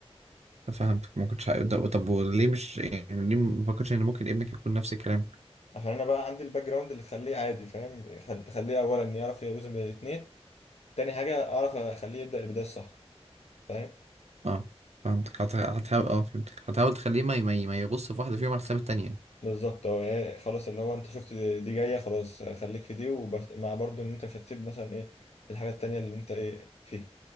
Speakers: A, on the right (about 80°); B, on the left (about 70°).
A: فهمتك ما كنتش عايز طب طب وليه مش يعني ليه ما فكرتش ان ممكن ابنك يكون نفس الكلام
B: عشان انا بقى عندي الباك جراوند اللي تخليه عادي فاهم يخل- تخليه اولا يعرف يوزن بين الاثنين تاني حاجه اعرف اخليه يبدا البدايه الصح فاهم
A: اه فهمتك هت- هتحاول اه فهمتك هتحاول تخليه ما ي- ما ي- ما يغص في واحدة فيهم على حساب التانية يعني
B: بالظبط اه يعني خلاص اللي هو انت شفت دي دي جايه خلاص خليك في دي ومع برضه ان انت مش هتسيب مثلا ايه الحاجات التانية اللي انت ايه فيها